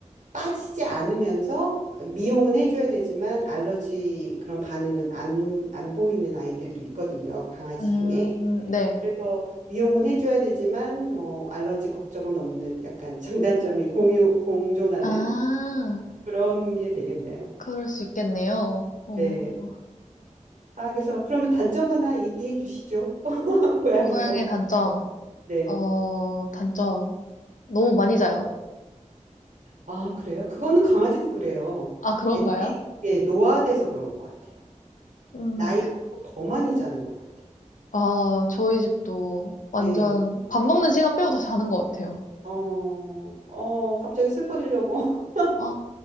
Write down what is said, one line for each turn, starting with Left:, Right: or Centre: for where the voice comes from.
Right: 빠지지 않으면서 미용은 해줘야 되지만 알러지 그런 반응은 안, 안 보이는 아이들도 있거든요. 강아지
Left: 음,
Right: 중에.
Left: 네.
Right: 그래서 미용은 해줘야 되지만 뭐 알러지 걱정은 없는 약간 장단점이 공유, 공존하는
Left: 아,
Right: 그런 게 되겠네요.
Left: 그럴 수 있겠네요. 어,
Right: 네. 아, 그래서 그러면 단점 하나 얘기해 주시죠. <laughs> 고양이도.
Left: 고양이의 단점.
Right: 네.
Left: 어, 단점. 너무 많이 자요.
Right: 아, 그래요? 그거는 강아지도 그래요.
Left: 아, 그런가요?
Right: 애들이 예, 노화돼서 그런 것 같아요.
Left: 음,
Right: 나이
Left: 그,
Right: 먹고 더 많이 자는 것 같아요.
Left: 아, 저희 집도 완전
Right: 네.
Left: 밥 먹는 시간 빼고 다 자는 것 같아요.
Right: 어, 어, 갑자기 슬퍼지려고. <laughs>
Left: 아,